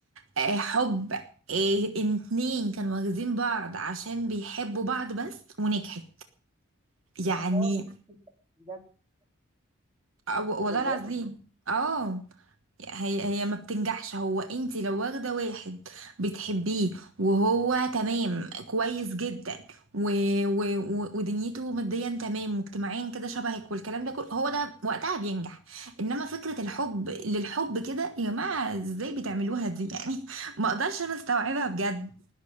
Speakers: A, on the right; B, on the right.
A: آه، حب آه، إن اتنين كانوا واخدين بعض عشان بيحبوا بعض بس ونجحت
B: لا
A: يعني
B: خالص بجد
A: آه، والله
B: والله
A: العظيم اه هي هي ما بتنجحش هو انت لو واخده واحد بتحبيه وهو تمام كويس جدا و و و ودنيته ماديا تمام واجتماعيا كده شبهك والكلام ده كله هو ده وقتها بينجح انما فكره الحب للحب كده يا جماعه ازاي بتعملوها دي يعني <laughs> ما اقدرش انا استوعبها بجد